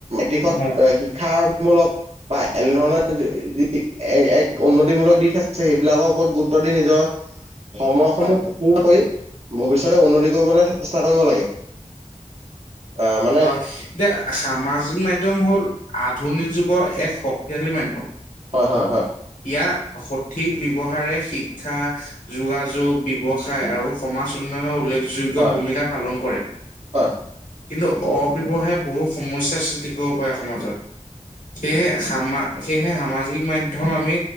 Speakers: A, on the right; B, on the left.
A: দিশত
B: হয়
A: শি শিক্ষামূলক বা এনেধৰণৰ যি এক উন্নতিমূলক দিশ আছে সেইবিলাকৰ ওপৰত গুৰুত্ব দি নিজৰ সময়সমূহ
B: হয়
A: কৰি ভৱিষ্যতে উন্নতি কৰিবলৈ চেষ্টা কৰিব লাগে। আ আমা
B: হয় এতিয়া সামাজিক মাধ্যম হ'ল আধুনিক যুগৰ এক শক্তিশালী মাধ্যম।
A: হয় হয় হয়।
B: ইয়াৰ সঠিক ব্যৱহাৰে শিক্ষা, যোগাযোগ, ব্যৱসায় আৰু সমাজ উন্নয়নৰ উল্লেখযোগ্য
A: হয়
B: ভূমিকা পালন কৰে।
A: হয়।
B: কিন্তু অপব্যৱহাৰে বহু সমস্যাৰ সৃষ্টি কৰিব পাৰে সমাজত। সেয়েহে সামা সেয়েহে সামাজিক মাধ্যম ধ্যম আমি